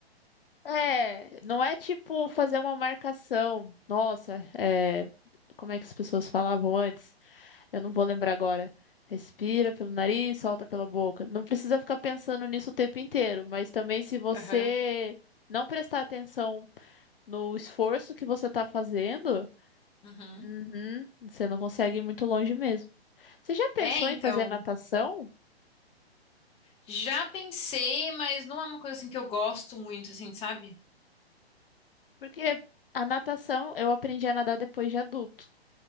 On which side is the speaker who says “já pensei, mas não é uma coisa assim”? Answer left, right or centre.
Left